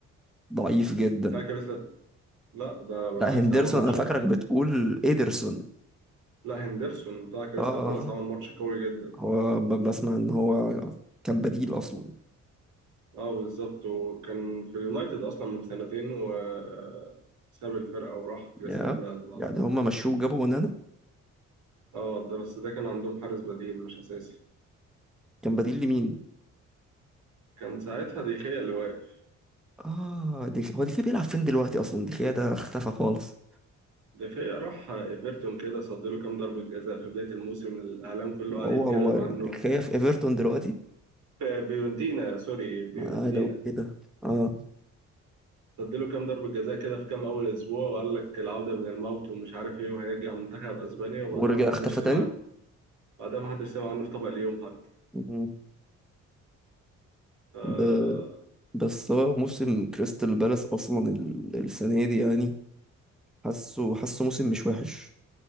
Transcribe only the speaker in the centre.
ضعيف جدا
لا هندرسون
انا فاكرك بتقول ايدرسون
اه اه
هو ب- بسمع ان هو كان بديل اصلا
يا
يعني هما مشوه جابوا ونانا
كان بديل لمين
اه دي هو دي بيلعب فين دلوقتي اصلا دي ده اختفى خالص
هو
والله
دي في ايفرتون دلوقتي
انا قاعد اقول ايه ده اه
ورجع
اختفى
تاني
مم.
ب... بس هو موسم كريستال بالاس اصلا ال- السنه دي يعني حاسه حاسه موسم مش وحش